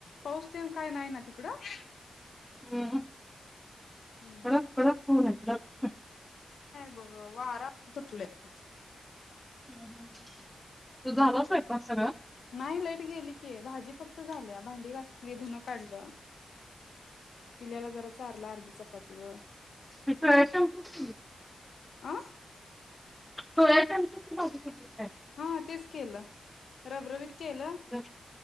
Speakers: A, on the left; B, in the centre.
A: पाऊस तेन काय नाय ना तिकडं?
B: हम्म
A: हम्म
B: कडक
A: हम्
B: कडक खून आहे कडक.
A: <unintelligible> बघ वारा आता सुटलंया
B: <unintelligible> तुझं झाला स्वयंपाक सगळा
A: नाय लाईट गेली कि भाजी फक्त झालिया भांडी घासली धुन काढलं पिल्याला जरा चारल अर्धी चपाती वं
B: सोया चंक्सच
A: आ
B: थोड्या टाइम साठी भाजी केलिया
A: हा तेच केलं रब रबीत केलं
B: काय?